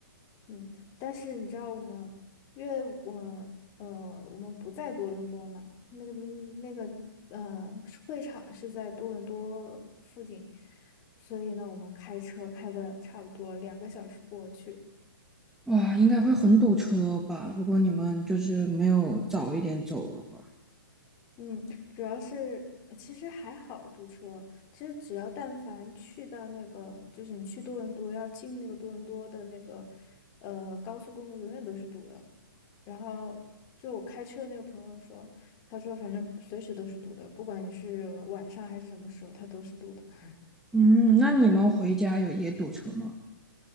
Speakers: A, on the left; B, in the centre.
A: 嗯，但是你知道我们，因为我呃，我们不在多伦多嘛，那个那个呃，会场是在多伦多附近，所以呢，我们开车开了差不多两个小时过去。
B: 哇，应该会很堵车吧？如果你们就是没有早一点走的话。
A: 嗯，主要是呃其实还好堵车，其实只要但凡去到那个，就是你去多伦多要进那个多伦多的那个呃高速公路，永远都是堵的。然后就我开车的那个朋友说，他说反正随时都是堵的，不管你是晚上还是什么时候，它都是堵的。<laughs>
B: 嗯，那你们回家有也堵车吗？